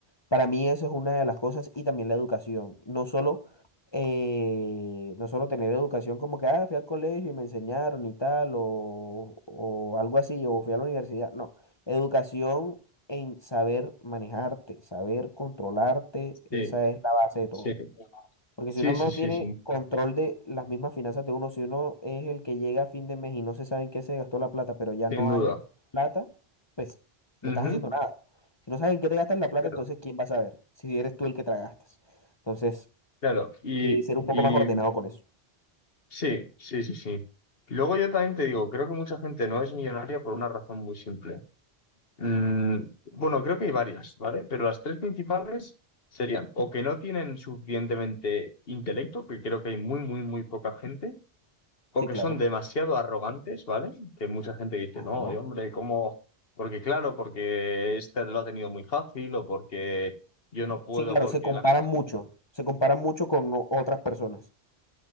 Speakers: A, on the left; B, on the left.
A: Para mí eso es una de las cosas y también la educación. No solo, eh, no solo tener educación como que, ah, fui al colegio y me enseñaron y tal, o, o algo así, o fui a la universidad. No, educación en saber manejarte, saber controlarte, esa
B: Sí,
A: es la base de todo.
B: sí.
A: Porque
B: Sí,
A: si uno no
B: sí, sí,
A: tiene
B: sí,
A: control de las mismas finanzas de uno, si uno es el que llega a fin de mes y no se sabe en qué se gastó la plata, pero ya
B: sin
A: no
B: duda.
A: hay plata, pues no
B: Ujú.
A: estás haciendo nada. Si no sabes en qué te gastas la plata,
B: Claro,
A: entonces ¿quién va a saber? Si eres tú el que te la gastas. Entonces,
B: claro. Y,
A: eh, ser un poco
B: y
A: más ordenado con eso.
B: Sí, sí, sí, sí. Y luego yo también te digo, creo que mucha gente no es millonaria por una razón muy simple. Mm, bueno, creo que hay varias, ¿vale? Pero las tres principales serían o que no tienen suficientemente intelecto, que creo que hay muy, muy, muy poca gente, o
A: Sí,
B: que
A: claro.
B: son demasiado arrogantes, ¿vale? Que mucha gente dice,
A: Ajá.
B: no, y hombre, ¿cómo? Porque claro, porque este lo ha tenido muy fácil, o porque yo no puedo,
A: Sí, claro,
B: porque
A: se comparan
B: la gente...
A: mucho. Se comparan mucho con o- otras personas.